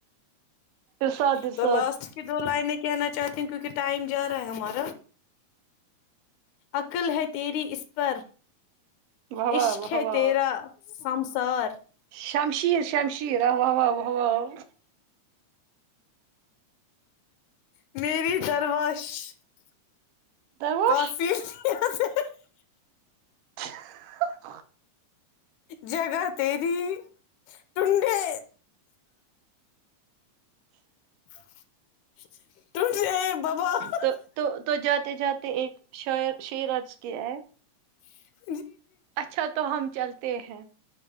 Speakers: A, on the right; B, on the left.
A: ارشاد ارشاد
B: تو لاسٹ کی دو لائن ہے کہنا چاہتی ہوں کیونکہ ٹائم جا رہا ہے ہمارا عقل ہے تیری اس پر
A: واہ واہ
B: عشق
A: واہ
B: ہے
A: واہ
B: تیرا <unintelligible>
A: شمشیر شمشیر واه واه
B: میری درواش <unintelligible>
A: درواش <inaudible>
B: جگہ تری ٹنڈے ا <inaudible> <unintelligible>
A: تو تو تو جاتے جاتے ایک شاعر شعر کیا ہے
B: ہ
A: اچھا تو ہم چلتے ہیں